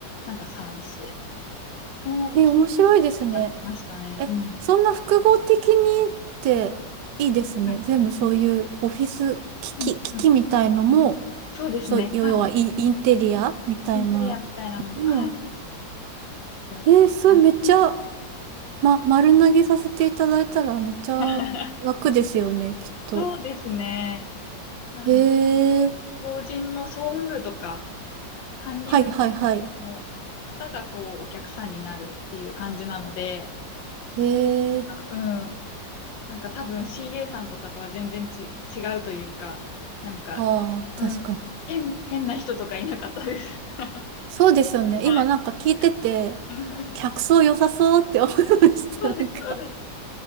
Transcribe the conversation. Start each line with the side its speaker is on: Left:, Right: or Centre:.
Left: なんかサービスの企融やってましたね。
Right: え、面白いですね。え、
Left: うん。
Right: そんな複合的にっていいですね。
Left: はい。
Right: 全部そういうオフィス機器、
Left: うん、
Right: 機器みたいのも、
Left: うん。そうですね。
Right: そう、要はイン、
Left: はい。
Right: インテリアみたいな
Left: インテリアみたいなのも、
Right: のも、
Left: はい。やってます。
Right: えー、それめっちゃ、ま、丸投げさせていただいたらめっちゃ楽ですよね、
Left: うん <laughs>
Right: きっと。
Left: そうですね。なんで、
Right: えー、
Left: 法人の総務部とか管理部
Right: はいはいはい。
Left: の方がこう、お客さんになるっていう感じなので、
Right: えー、
Left: うん。なんか多分 CA さんとかとは全然ち、違うというか、なんか、
Right: はあ、確かに。
Left: うん。変、変な人とかいなかったです。<laughs> は
Right: そうですよね。今なんか聞いてて、
Left: い。うん
Right: 客層良さそうって思いました。
Left: そうです、
Right: なんか
Left: そうです。